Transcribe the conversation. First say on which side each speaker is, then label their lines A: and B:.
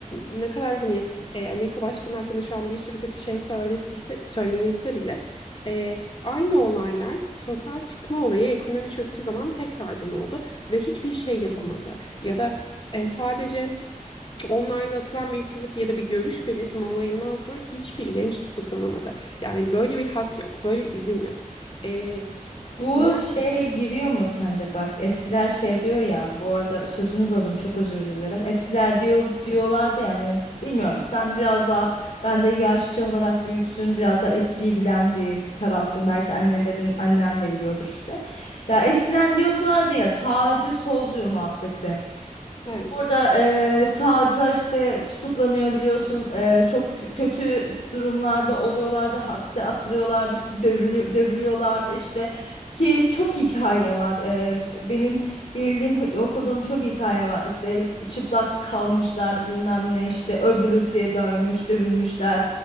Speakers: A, on the left; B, on the left.
A: ne kadar hani e, Amerika Başkanı hakkında şu an bir sürü kötü şey söylenilse, söylenilse bile e, aynı olaylar sokağa çıkma olayı ekonomi çöktüğü zaman tekrardan oldu ve hiçbir şey yapamadı. Ya da e, sadece Online'da atılan bir tweet ya da bir görüş belirtme olayından sonra hiçbir genç tutuklanamadı. Yani böyle bir hak yok, böyle bir izin yok. Ee,
B: Bu
A: maalesef
B: şeye giriyor mu sence? Bak eskiler şey diyor ya. Bu arada sözünü böldüm çok özür dilerim.
A: yok.
B: Eskiler
A: kesinlikle.
B: diyor diyorlardı yani bilmiyorum sen biraz daha ben de yaşça olarak büyüksün. Biraz daha eskiyi bilen bir tarafsın. Belki annelerin annen de biliyordur işte. Ya eskiden diyorlardı ya sağcı solcu muhabbeti.
A: Evet.
B: Orada eee, sağcılar işte tutuklanıyor biliyorsun. Eee, çok kötü durumlarda oluyorlardı. Hapse atılıyorlardı işte dövülü- dövülüyorlardı işte ki çok hikaye var. Eee, benim bildiğim okuduğum çok hikaye var. İşte çıplak kalmışlar bilmem ne işte öldürülmüş dövmüş dövülmüşler